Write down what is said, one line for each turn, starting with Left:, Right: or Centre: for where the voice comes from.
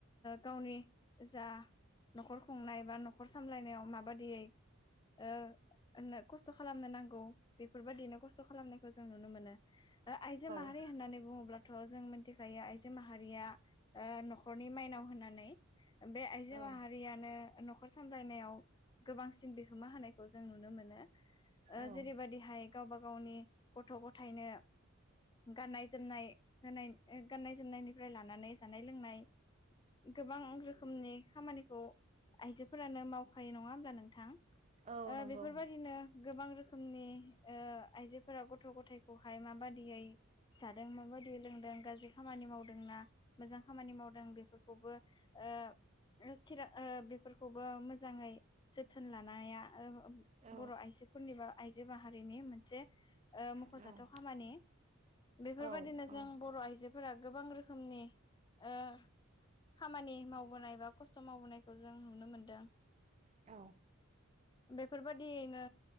Left: गावनि जा न'खर खुंनाय बा न'खर न'खर सामलायनायाव माबादियै <unintelligible> खस्थ' खालामनो नांगौ बेफोरबायदिनो खस्थ' खालामनायखौ जों नुनो मोनो आइजो माहारि
Right: औ
Left: होननानै बुङोब्ला थ' जों मिथिखायो आइजो माहारिया न'खरनि माइनाव होननानै बे आइजो
Right: औ
Left: माहारियानो न'खर सामलायनायाव गोबांसिन बिहोमा होनायखौ जों नुनो मोनो।
Right: औ
Left: जेरैबायादि हाय गावबा गावनि गथ' गथायनो गाननाय जोमनाय होनाय गाननाय जोमनायनिफ्राय लानानै जानाय लोंनाय गोबां रोखोमनि खामानिखौ आइजो <unintelligible> फोरानो मावखायो नङा होमब्ला नोंथां।
Right: औ नंगौ
Left: बेफोरबायदिनो गोबां रोखोमनि आइजोफोरा गथ' गथायाइखौहाय माबादियै जादों माबादियै लोंदों गाज्रि खामानि मावदोंना मोजां खामानि मावदों बेफोरखौबोर <unintelligible> खौबो मोजाङै जोथोन लानाया
Right: औ
Left: बर' आइजोफोरनिबा आइजो माहारिनि मोनसे मख'जाथाव
Right: औ
Left: खामानि बेफोरबायदिनो
Right: औ औ
Left: जों बर' आइजो फोरा गोबां रोखोमनि ओ खामानि मावबोनाय बा खस्थ' मावबोनायखौ जों नु नुनो मोनदों।
Right: औ
Left: बेफोरबाददियैनो